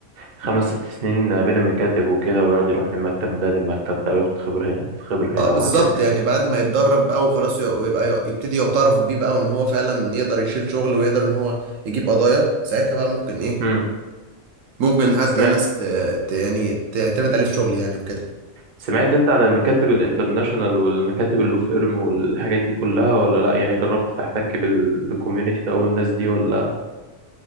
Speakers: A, on the right; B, on the right.
A: خمس ست سنين بين المكاتب وكده ويقعد يروح من المكتب ده للمكتب ده وياخد خبرة هنا وياخد خبرة
B: اه
A: هنا
B: بالظبط
A: وهكذا
B: يعني بعد ما يتدرب بقى وخلاص يق- ويبقى ي- يبتدي يعترف بيه بقى وان هو فعلا يقدر يشيل شغل ويقدر ان هو يجيب قضايا ساعتها بقى ممكن ايه
A: امم
B: ممكن حتى
A: سمعت
B: ناس ت... ت... يعني تعتمد عليه في شغل يعني وكده
A: سمعت انت عن المكاتب الانترناشونال والمكاتب اللو فيرم والحاجات دي كلها ولا لا يعني جربت تحتك بال... بالكوميونتي ده والناس دي ولا